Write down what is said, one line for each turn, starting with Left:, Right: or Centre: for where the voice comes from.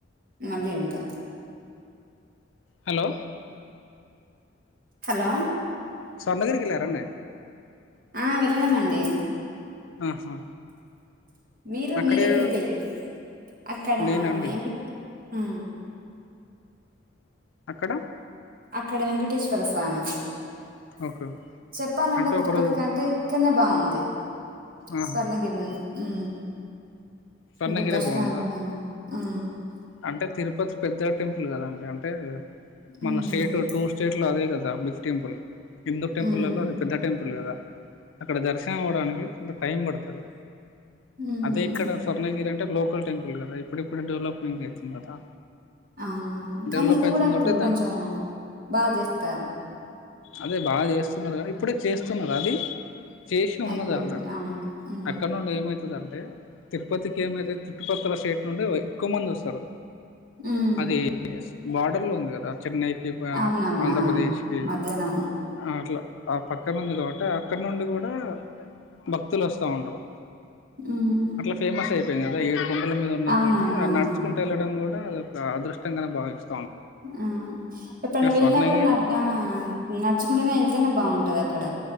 Right: మళ్ళీ ఏళ్తా
Left: హలో
Right: హలో
Left: స్వర్ణగిరికి వెళ్ళారండి
Right: ఆ వెళ్ళినమండి
Left: ఆహా
Right: మీరు
Left: అక్కడే
Right: మీరెక్కడికెల్లిరు అక్కడ
Left: నేనండి
Right: ఎంకంటే ఆ
Left: అక్కడ
Right: అక్కడ వెంకటేశ్వర స్వామి
Left: ఓకే
Right: చెప్పాలంటే
Left: అంటే
Right: తిరుపతి
Left: ఒకరోజు
Right: కంటే ఇక్కనే బావుంది
Left: ఆహా
Right: స్వర్ణగిరి ఊ
Left: స్వర్ణగిరి
Right: అంటే దర్శనానికయినా
Left: బాగుందా
Right: ఆ
Left: అంటే తిరుపతి పెద్ద టెంపుల్ కదండి అంటే మన
Right: ఉమ్
Left: స్టేట్ టూ స్టేట్ లో అదే కదా బిగ్ టెంపుల్ హిందూ టెంపుల్లో
Right: ఉమ్
Left: అది పెద్ద టెంపుల్ కదా అక్కడ దర్శనం అవ్వడానికి కొంత టైం పడుతది
Right: ఉమ్
Left: అదే ఇక్కడ స్వర్ణగిరి అంటే లోకల్ టెంపుల్ కదా ఇప్పుడిప్పుడు డెవలపింగ్ ఐతుంది కదా
Right: అవునవును
Left: డెవలప్
Right: కానీ ఇది
Left: అవుతుంది
Right: కూడా ఇప్పుడు
Left: కాబట్టి దాని
Right: కొంచెం బాగా చేస్తారు
Left: అదే బాగా చేస్తున్నారు కానీ ఇప్పుడే చేస్తున్నర అది చేసి ఉన్నది
Right: అయిపోయింది
Left: ఆల్రెడీ
Right: అవును ఉమ్
Left: అక్కడ నుండి ఏమైతు దంటే తిరుపతికి ఏమైతే చుట్టుపక్కల స్టేట్ నుండి ఎక్కువ మంది వస్తారు
Right: ఉమ్
Left: అది ఎస్ బార్డర్ లో ఉంది కదా చెన్నైకి బ
Right: అవునవునా
Left: ఆంధ్రప్రదేశ్కి
Right: మధ్యాహ్నం అవును
Left: ఆ అట్లా ఆ పక్క నుంది కాబట్టి ఆ అక్కడ నుండి కూడా భక్తులు వస్తా ఉంటరు
Right: ఉమ్
Left: అట్లా ఫేమస్ అయిపోయింది కదా ఏడు కొండల మీద ఉన్నది
Right: అవునవునా
Left: కాబట్టి ఆ నడుచుకుంటూ వెళ్ళడం కూడా కూడా ఒక అదృష్టంగానే భావిస్
Right: ఆ ఎప్పుడను వెళ్ళినా
Left: స్వర్ణగిరి
Right: కూడా న నడుచుకుంటనే వెళ్తనే బాగుంటది అక్కడ